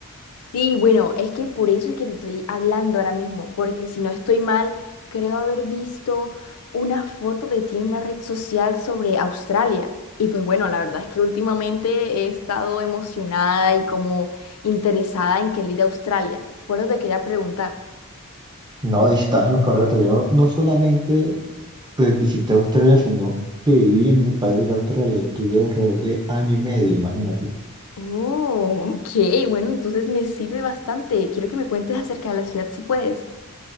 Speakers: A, on the left; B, on the right.
A: Sí, bueno, es que por eso es que te estoy hablando ahora mismo, porque si no estoy mal, creo haber visto una foto de ti en una red social sobre Australia. Y pues bueno, la verdad es que últimamente he estado emocionada y como interesada en querer ir a Australia. Por eso te quería preguntar.
B: No, estás en lo correcto. Yo no solamente pues visité Australia, sino que viví en el país de Australia. Estuve alrededor de año y medio, imagínate.
A: Oh, ok, bueno, entonces me sirve bastante. Quiero que me cuentes acerca de la ciudad si puedes.